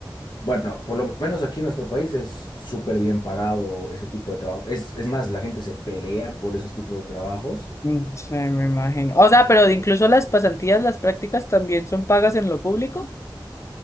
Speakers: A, on the left (about 60°); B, on the left (about 35°).
A: bueno, por lo menos aquí en nuestro país es súper bien pagado ese tipo de trabajo. Es, es más, la gente se pelea por esos tipos de trabajos
B: Mm, Sí, me imagino. O sea, pero incluso las pasantías, las prácticas también son pagas en lo público.